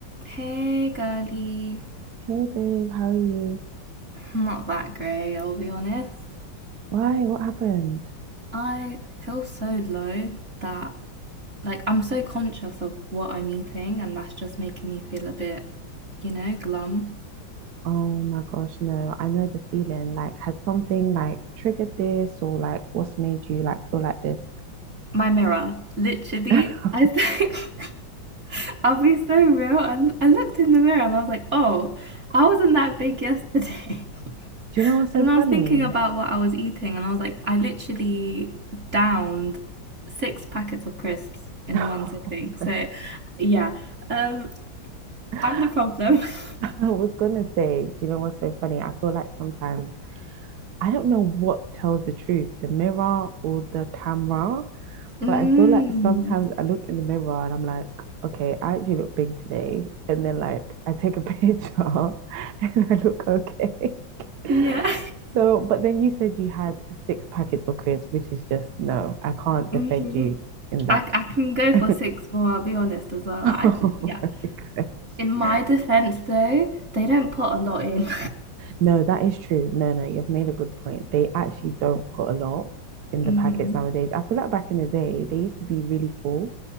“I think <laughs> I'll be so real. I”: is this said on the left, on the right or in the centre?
Right